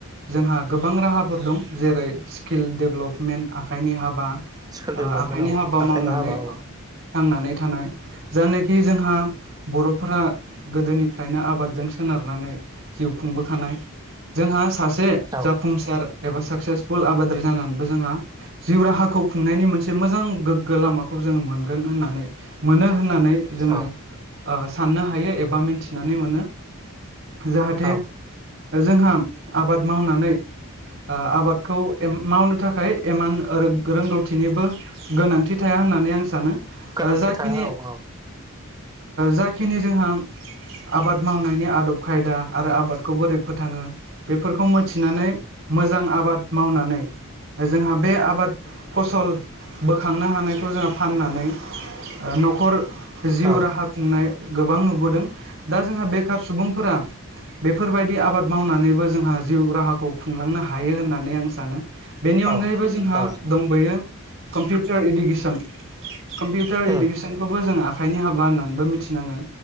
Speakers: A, on the right (about 50°); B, on the right (about 15°).
A: जोंहा गोबां राहाफोर दं जेरै स्किल डेभलपमेन्ट आखाइनि हाबा
B: स्किल डेभेलपमेन्ट
A: आखाइनि
B: औ
A: हाबा
B: आखाइनि
A: मावनानै
B: हाबा औ
A: थांनानै थानाय जायानोखि जोंहा बर'फोरा गोदोनिफ्रायनो आबादजों सोनारनानै जिउ खुंबोखानाय जोंहा सासे
B: औ
A: जाफुंसार एबा साक्सेसफुल आबादारि जानानैबो जोंहा जिउ राहाखौ खुंनायनि मोनसे मोजां गोग्गो लामाखौ जोङो मोनगोन होननानै मोनो होननानै जोङो
B: औ
A: ओ साननो हायो एबा मिथिनानै मोनो। जाहाथे
B: औ
A: जोंहा आबाद मावनानै ओ आबादखौ एम मावनो थाखाय इमान ओ रोंगौथिनिबो गोनांथि थाया होननानै आं सानो
B: गोनांथि
A: जाखिनि
B: थाया औ औ
A: जाखिनि जोंहा आबाद मावनायनि आदब खायदा आरो आबादखौ बोरै फोथाङो बेफोरखौ मिथिनानै मोजां आबाद मावनानै जोंहा बे आबाद फसल बोखांनो हानायखौ जोंहा फाननानै न'खर जिउ
B: औ
A: राहा खुंनाय गोबां नुबोदों दा जोंहा बेखार सुबुंफोरा बेफोरबायदि आबाद मावनानैबो जोंहा जिउ राहाखौ खुंलांनो हायो होननानै आं सानो। बेनि
B: औ
A: अनगायैबो जोंहा
B: औ
A: दंबयो कम्पिउटार इडुकेसन कम्पिउटार इडुकेसनखौबो
B: उम
A: जोंङो आखाइनि हाबा होननानैबो मिथिनांगोन